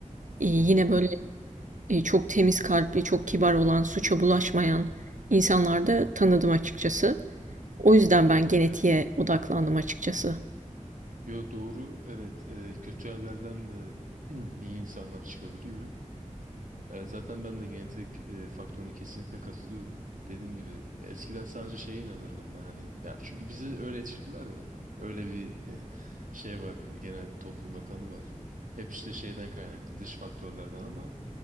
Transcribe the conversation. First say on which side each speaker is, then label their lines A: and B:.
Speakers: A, on the right (about 70°); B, on the right (about 85°).
A: e, yine
B: Hı hı.
A: böyle e, çok temiz kalpli, çok kibar olan, suça bulaşmayan insanlar da tanıdım açıkçası. O yüzden ben genetiğe odaklandım açıkçası.
B: Yo doğru evet e, kötü yerlerden de <clears throat> iyi insanlar çıkabiliyor. Evet, zaten ben de genetik e, faktörüne kesinlikle katılıyorum. Dediğim gibi eskiden sadece şeye inanırdım ben hani ya çünkü bizi öyle yetiştirdiler ya. Öyle bir <laughs> şey var genel toplumda kanı var. Hep işte şeyden kaynaklı dış faktörlerden ama